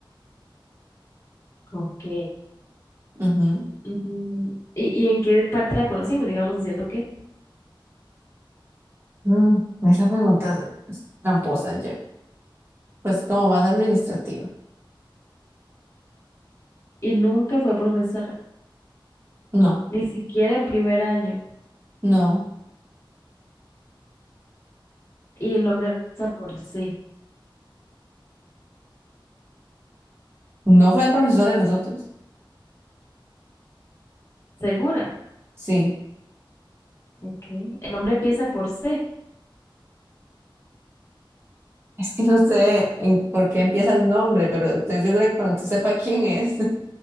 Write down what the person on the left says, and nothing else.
Ok.
mm, ¿Y, y en qué parte la conocimos, digamos, haciendo qué?
y nunca fue profesora,
ni siquiera en primer año.
Y el nombre empieza por C.
¿Segura?
Ok. El nombre empieza por C.